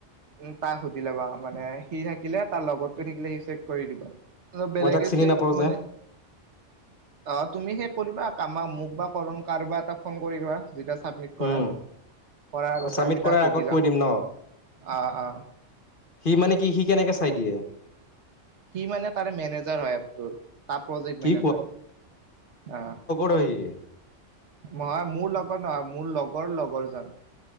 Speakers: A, on the right (about 65°); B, on the left (about 45°).
A: উ তাক সুধি লবা মানে সি থাকিলে তাৰ লগটোৱে থাকিলে সি চেক কৰি দিব চ বেলেগে
B: মই তাক চিনি
A: ছেক
B: নাপাওঁ
A: মানে
B: যে
A: অ তুমি শেষ কৰিবা কা আমা মোক বা কৰণ কাৰোবা এটা ফোন কৰিবা যেটা চাবমিট কৰা
B: উম
A: কৰাৰ আগতে
B: চাবমিট
A: আমি
B: কৰাৰ
A: তাক সুধি
B: আগত
A: লম
B: কৈ দিম ন
A: অ অ
B: সি মানে কি সি কেনেকে চাই দিয়ে
A: সি মানে তাৰে মেনেজাৰ হয় এপ টোৰ তাৰ প্ৰজেক্ট
B: কি
A: মেনেজাৰ অ
B: হৈয়ে
A: নহয় মোৰ লগৰ নহয় মোৰ লগৰ লগৰ জন